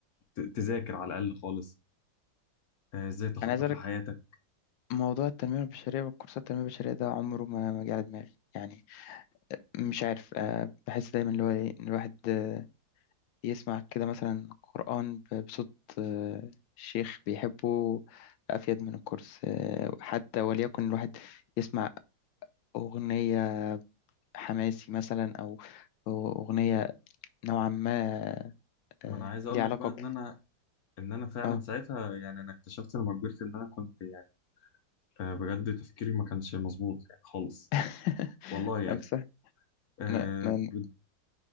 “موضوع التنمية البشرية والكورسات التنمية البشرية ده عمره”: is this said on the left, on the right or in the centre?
Left